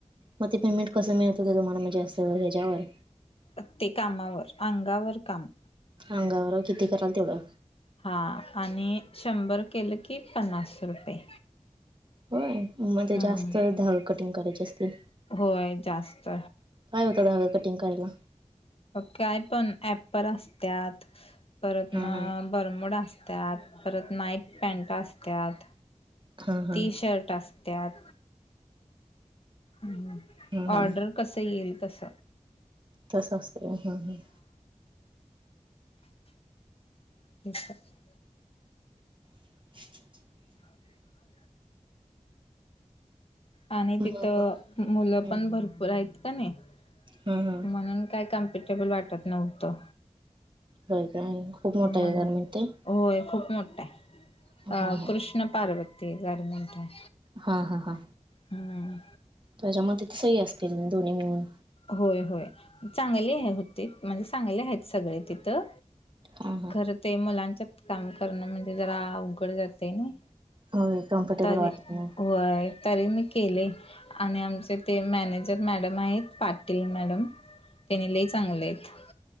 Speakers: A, on the right; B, on the left.
A: मग ते पेमेंट कसं मिळतं ते तुम्हाला म्हणजे असे ह्याच्यावर
B: प्र्य कामावर अंगावर काम
A: अंगावर किती कराल तेवढं
B: हा आणि शंभर केलं की पन्नास रुपये
A: होय मगज
B: हम्म
A: जास्त धाल कटिंग करायचे असतील
B: होय जास्त
A: काय होतं धागा कटिंग करायला
B: काय पण ऍप पर असत्यात परत ना
A: हा हा
B: बरमड असतात परत नाईट पॅनट असतात
A: हा हा
B: ती शर्ट असत्यात ह
A: हा
B: ऑर्डर
A: हा
B: कस येईल तस
A: तर सस्तते ह ह
B: ठी आहे
A: <inaudible>
B: ह आणि
A: मग
B: तिथं मुलं
A: हा
B: पण भरपूर आहेत का नाही
A: हा
B: म्हणून काय कमप ेबल वाटत नव्हतं
A: हो काय खूप
B: मग
A: मोठा आहे गरमी ते
B: होय खूप मोठा आहे
A: हा
B: अ
A: हा
B: कृष्ण पार्वती गरमेंट आहे
A: हा हा हा
B: हम्म
A: त्याच्या्या मते तर सही असतील दोन्ही मिळून
B: होय होय चांगले आहे होती म्हणजे चांगले आहेत सगळे तिथं
A: हा हा
B: खरं ते मुलांच्याच काम करणं म्हणजे जरा उघड जाते ना
A: होय कम्फर्टेबल
B: तरी
A: वाटत नाही
B: वय तरी मी केले आणि आमचे ते मॅनेजर मॅडम आहेत पाटील मॅडम त्यानी ल चांगले आहेत